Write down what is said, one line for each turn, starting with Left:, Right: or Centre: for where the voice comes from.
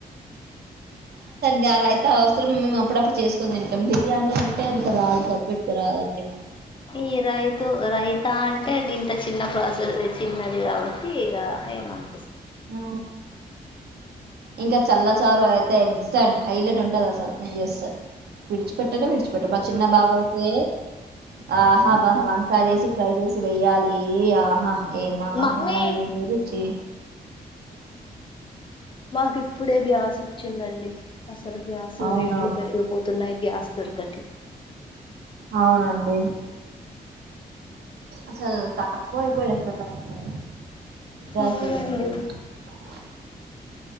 Right: గా రైత అవసరం మేము అప్పుడప్పుడు చేసుకొని తింటాం బిర్యానీ అంటే అంత రాదు పర్ఫెక్ట్ గరాదండి
Left: ఈ రైతు రైతా అంటే గింత చిన్న ప్రాసెస్ చిన్నది కాబట్టి ఇగ ఎమన్
Right: ఆ ఇంకా చల్లచారు అయితే ఎక్సట్ హైలైట్ ఉంటది అసలు నిన్ చేస్తే విడిచిపెట్టనే విడిచిపెట్ట మా చిన్న బాబు అయితే ఆహ వంకా చేసి ఫ్రై చేసి వెయ్యాలి ఆహా ఏమ్మ
Left: మమ్మీ
Right: ఆహా ఏమి రుచి
Left: మాకు ఇప్పుడే గ్యాస్ వచ్చిందండి అసలు గ్యాస్
Right: అవునా?
Left: రేట్లు పెరిగిపోతున్నాయి గ్యాస్ స్తుర్క
Right: అవునండి అసలు తక్కువై పోనై <unintelligible>
Left: అవునండి